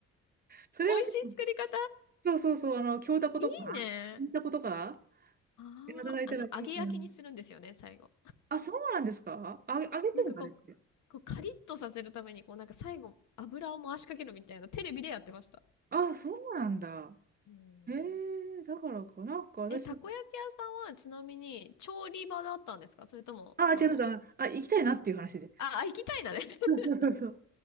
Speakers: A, on the right; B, on the left.
A: それは結構、
B: 美味しい作り方
A: そうそうそう、あの、京たことか、
B: いいね。
A: 銀たことか、
B: ああ、
A: で働いたらいいかな。
B: あの、揚げ焼きにするんですよね、最後。
A: あ、そうなんですかあ、あげてんのあれって。
B: なんかこう、こうカリッとさせるために、こうなんか最後、油を回しかけるみたいな、テレビでやってました。
A: あ、そうなんだ。
B: うん
A: へえ、だからか、なんか私、
B: え、たこ焼き屋さんはちなみに調理場だったんですかそれとも、
A: ああ、
B: その、
A: 違うか。あ、行きたいなっていう話で。
B: あ、あ行きたいなね。<laughs>
A: そうそうそうそう。